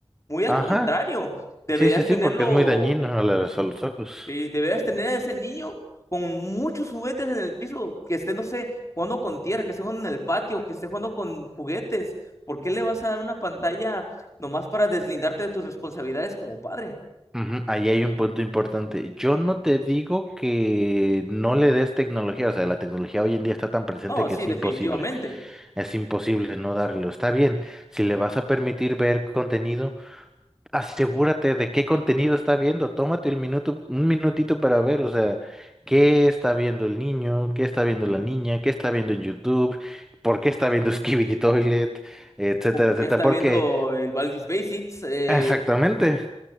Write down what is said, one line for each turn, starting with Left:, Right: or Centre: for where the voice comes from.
Left: Muy al
Centre: Ajá,
Left: contrario, deberías
Centre: sí, sí, sí,
Left: tenerlo
Centre: porque es muy dañino a los a los ojos.
Left: Sí, deberías tener a ese niño con muchos juguetes en el piso, que esté, no sé, jugando con tierra, que esté jugando en el patio, que esté jugando con juguetes. ¿Por qué le vas a dar una pantalla nomás para deslindarte de tus responsabilidades como padre?
Centre: Ujú, Ahí hay un punto importante. Yo no te digo que no le des tecnología, o sea, la tecnología hoy en día está tan presente
Left: No,
Centre: que
Left: sí,
Centre: es
Left: definitivamente.
Centre: imposible, es imposible no darlo. Está bien, si le vas a permitir ver contenido, asegúrate de qué contenido está viendo, tómate el minuto, un minutito para ver, o sea, qué está viendo el niño, qué está viendo la niña, qué está viendo en YouTube, por qué está viendo <laughs> Skibidi Toilet, etcétera,
Left: Porque
Centre: etcétera,
Left: está
Centre: porque...
Left: viendo el Baldi's Basics, eh,
Centre: Exactamente.